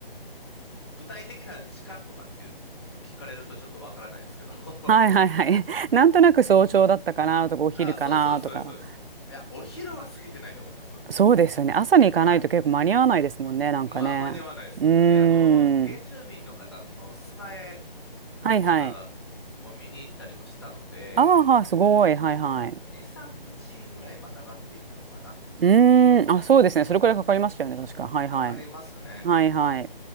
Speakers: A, in the centre; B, on the right.
A: 具体的な時間とかっていうと聞かれるとちょっとわからないですけど。<laughs>
B: はいはいはい。<laughs> なんとなく早朝だったかなとか、お昼かなとか。
A: あ、そうそうですそうですそうです。いや、お昼は過ぎてないと思います。
B: そうですよね。朝に行かないと結構間に合わないですもんね、
A: はい。
B: なんかね。
A: まあ、間に合わないです。
B: うー
A: で、あの、
B: ん。
A: 原住民の方の砂絵
B: はいはい。
A: とかを見に行ったりもしたので、
B: ああ、はすごい。はいはい。
A: 2、3日ぐらいまたがっていったのかな。
B: うーん。あ、そうですね。それくらいかかりましたよね、確か。はいはい。
A: かかりますね。
B: はいはい。い